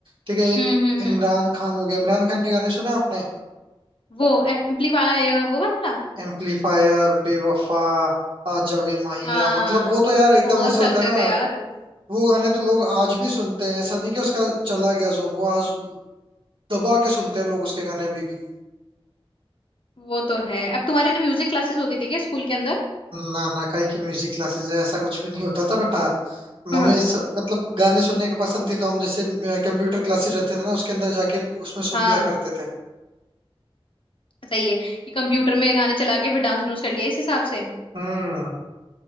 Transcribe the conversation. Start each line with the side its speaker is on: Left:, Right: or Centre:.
Right: ठीक है एक
Left: हम्म हम्म हम्म
Right: इमरान खान हो गया इमरान खान के गाने सुने आपने
Left: वो एम्पलीफायर वो वाला
Right: एम्पलीफायर बेवफा आजा वे माहिया
Left: हाँ
Right: मतलब वो तो यार एकदम
Left: बहुत
Right: ऐसे
Left: चलते
Right: होता है ना
Left: थे यार
Right: वो गाने तो लोग आज भी सुनते हैं ऐसा नहीं कि उसका चला गया जोन वो आज दबा के
Left: हम्म
Right: सुनते हैं लोग उसके गाने अभी भी
Left: वो तो है अब तुम्हारे म्यूजिक क्लासेस होती थी क्या स्कूल के अंदर
Right: नाना का की म्यूजिक क्लासेस है ऐसा कुछ भी नहीं होता था बट हाँ
Left: <laughs>
Right: हमें
Left: हाँ
Right: सब मतलब गाने सुनने की पसंद थी तो हम जैसे कंप्यूटर क्लासेस रहते
Left: हम्म
Right: थे ना उसके अंदर जाके उसमें सुन
Left: हाँ
Right: लिया करते थे
Left: सही है कि कंप्यूटर में गाने चला के फिर डांस डूंस कर लिया इस हिसाब से
Right: हम्म